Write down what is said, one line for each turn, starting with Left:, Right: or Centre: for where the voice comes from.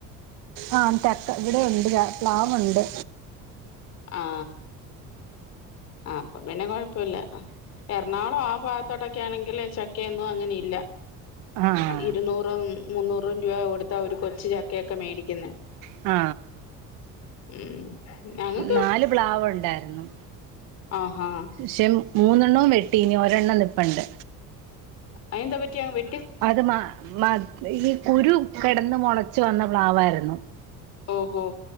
Right: ആ ത ഇവിടെണ്ട് പ്ലാവുണ്ട്
Left: ആ ആ അപ്പൊ പിന്നെ കൊഴപ്പമില്ല എറണാകുളം ആ ഭാഗത്തോട്ടൊക്കെ ആണെങ്കിൽ ചക്കയൊന്നും അങ്ങനെയില്ല
Right: ആഹ്
Left: ഇരുന്നൂറോ മുന്നൂറ രൂപ കൊടുത്ത ഒരു കൊച്ചു ചക്കയൊക്കെ മേടിക്കുന്ന
Right: ആ
Left: ഉം ഞങ്ങ
Right: നാല് പ്ലാവ് ഉണ്ടായിരുന്നു
Left: ആഹാ
Right: ക്ഷേ മൂന്നെണ്ണവും വെട്ടി ഇനി ഒരെണ്ണം നിൽപ്പുണ്ട്
Left: അയന്ത പറ്റി അ വെ
Right: അത് മ മ ഈ കുരു കിടന്ന് മുളച്ചു വന്ന പ്ലാവായിരുന്നു
Left: ഓഹോ